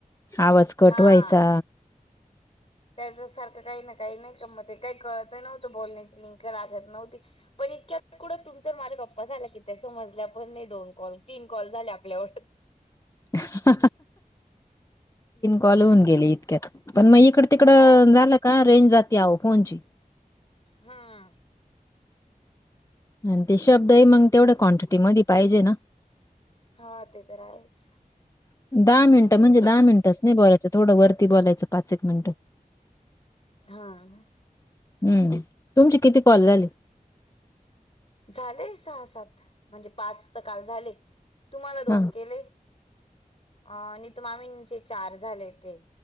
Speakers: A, on the left; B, on the left.
A: आवाज कट
B: हा
A: व्हायचा.
B: त्याच्यासारखं काही ना काही नाही का म ते काही कळत नव्हतं, बोलण्याची लिंक लागत नव्हती. पण इतक्यात कुढं तुमच्या न माझ्या गप्पा झाल्या की त्या समजल्या पण नाही दोन कॉल, तीन कॉल झाले आपल्यावर.
A: तीन कॉल होऊन गेले इतक्यात, पण मग इकड तिकड
B: हा
A: झालं का रेंज जाते आओ फोन ची.
B: हा.
A: आणि ते शब्दही मंग
B: असंच
A: तेवढ्या क्वांटिटी मध्ये पाहिजे ना.
B: हा ते तर आहेच
A: दहा
B: असं
A: मिनिटं
B: होऊन जातं
A: म्हणजे दहा
B: ना.
A: मिनिटच नाही बोलायचं थोड वरती बोलायचं पाच-एक मिनटं.
B: हा.
A: हम्म. तुमचे किती कॉल झाले?
B: झाले सहा-सात म्हणजे पाच तर काल झाले. तुम्हाला दोन
A: हां.
B: केले आणि ते मामींचे चार झाले ते.